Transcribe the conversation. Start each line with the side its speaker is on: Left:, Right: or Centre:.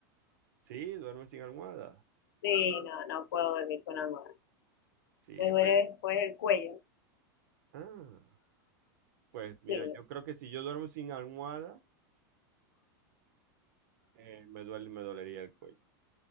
Right: Sí, duerme sin almohada.
Left: Sí, no, no puedo dormir con almohada.
Right: Sí,
Left: Me duele
Right: pues.
Left: después el cuello.
Right: Ah, pues mira,
Left: Sí,
Right: yo creo que si yo duermo sin almohada, eh, me duele, me dolería el cuello.